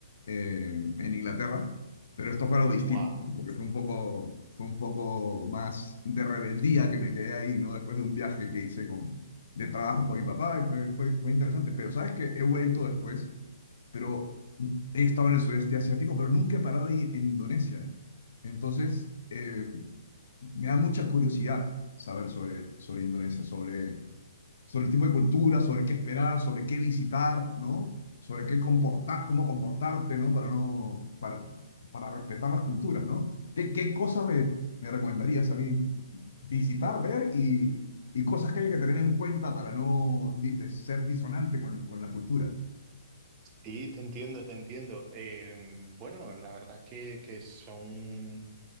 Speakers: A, on the left (about 60°); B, on the right (about 25°).
A: eh, en Inglaterra, pero esto fue algo distinto,
B: Wow.
A: ¿no? porque fue un poco, fue un poco más de rebeldía que me quedé ahí, ¿no? Después de un viaje que hice con, de trabajo con mi papá y fue, fue, fue interesante, pero sabes que he vuelto después, pero he estado en el sudeste asiático, pero nunca he parado ahí en Indonesia. Entonces, eh, me da mucha curiosidad saber sobre, sobre Indonesia, sobre, sobre el tipo de cultura, sobre qué esperar, sobre qué visitar, ¿no? Sobre qué comportar, cómo comportarte, ¿no? Para no, para, para respetar las culturas, ¿no? ¿Qué, qué cosas me, me recomendarías a mí visitar, ver y, y cosas que hay que tener en cuenta para no di- de ser disonante con, con la cultura?
B: Sí, te entiendo, te entiendo. Eh, bueno, la verdad que, que son,